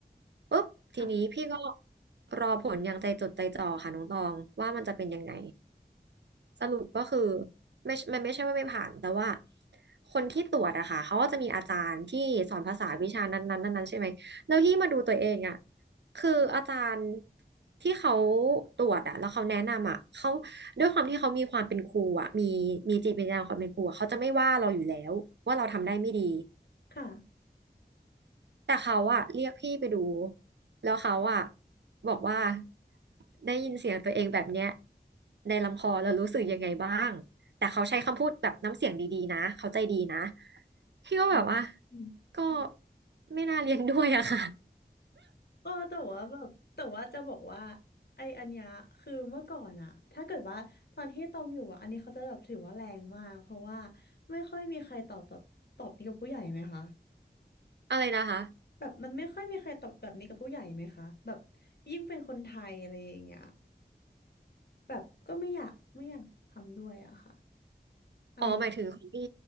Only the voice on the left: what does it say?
ค่ะ
ค่ะ
อืมอืม
เออแต่ว่าแบบแต่ว่าจะบอกว่าไออันเนี้ยคือเมื่อก่อนอะถ้าเกิดว่าตอนที่ตองอยู่อะอันนี้เขาจะแบบถือว่าแรงมากเพราะว่าไม่ค่อยมีใครตอบแบบตอบนี้กับผู้ใหญ่ไหมคะ
แบบมันไม่ค่อยมีใครตอบแบบนี้กับผู้ใหญ่ไหมคะแบบยิ่งเป็นคนไทยอะไรอย่างเงี้ยแบบก็ไม่อยากไม่อยากทำด้วยอะค่ะอะไรอย่าง